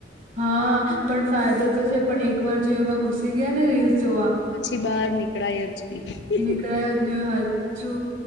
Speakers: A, on the right; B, on the left.
A: હા પણ ફાયદો તો છે પણ એક વાર જો એમાં ઘુસી ગયા ને રીલ્સ જોવા
B: પછી બહાર નીકળાય જ નહી.
A: ગયાજ ને હાચુ